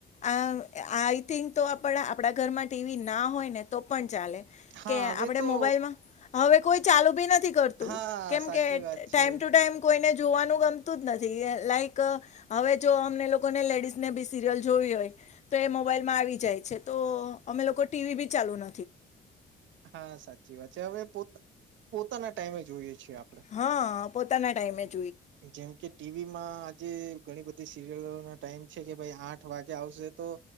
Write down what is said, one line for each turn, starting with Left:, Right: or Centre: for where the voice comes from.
Left: આ આઈથિક તો આપણા આપણા ઘરમાં ટીવી ના હોય ને તો પન ચાલે
Right: હા
Left: કે આપણે
Right: હવે તો
Left: મોબાઈલમાં હવે કોઈ ચાલુ બી નથી કરતું
Right: હા
Left: કેમ
Right: સાચી
Left: કે
Right: વાત
Left: ટાઈમ
Right: છે
Left: ટુ ટાઈમ કોઈને જોવાનું ગમતું જ નથી, લાઈક હવે જો અમને લોકોને લેડીઝને બી સિરિયલ જોવી હોય તો એ મોબાઈલમાં આવી જાય છે, તો અમે લોકો ટીવી બી ચાલુ ન
Right: હા, સાચી વાત છે હવે પોતા પોતાના ટાઈમે જોઈએ. છે, આપણે
Left: હા પોતાના ટાઈમે જ
Right: જેમ કે ટીવીમાં આજે ઘણી બધી સીરિયલોના ટાઈમ છે, કે ભાઈ આઠ વાગે આવશે તો